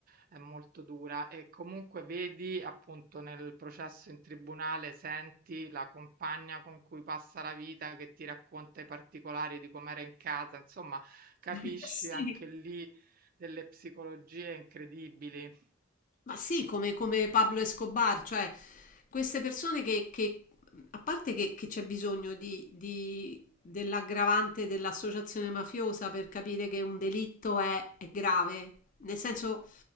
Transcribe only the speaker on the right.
è molto dura. E comunque vedi appunto nel processo in tribunale, senti la compagna con cui passa la vita che ti racconta i particolari di com'era in casa, insomma, capisci
anche lì delle psicologie incredibili.